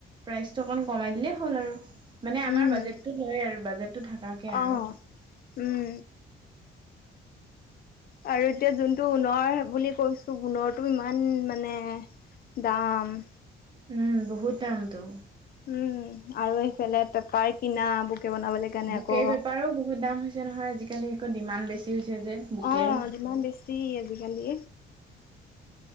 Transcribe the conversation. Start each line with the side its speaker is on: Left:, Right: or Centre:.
Right: প্ৰাইচটো অকমান কমাই দিলেই হ'ল আৰু
Left: উম
Right: মানে আমাৰ বাজেটটো লয় আৰু বাজেটটো থাকাকে আৰু
Left: অ উম আৰু এতিয়া যোনটো ঊণৰ বুলি কৈছো ঊনৰটো ইমান মানে দাম
Right: উম বহুত টাইমটো
Left: উম আৰু এইফালে পেপাৰ কিনা বনাবলৈ কাৰণে
Right: বুকে
Left: আকৌ
Right: বেপাৰো বহুত দাম হৈছে নহয় আজিকালি ডিমাণ্ড বেছি হৈছে যে বুকেৰ
Left: অ যিমান বেছি আজিকালি